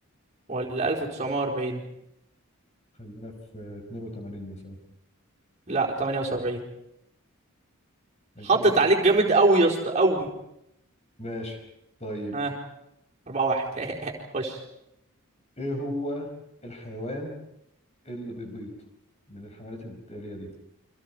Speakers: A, on the right; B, on the left.
A: ولا ألف تسعمية وأربعين
B: خلينا في 82 مثلا
A: لا تمانية وسبعين
B: يعني
A: حطت
B: كده أخسر
A: عليك جامد أوي يا اسطى أوي
B: ماشي طيب
A: ها أربعة واحد <laughs> خش
B: إيه هو الحيوان إيه اللي بيبيض من الحيوانات التالية دي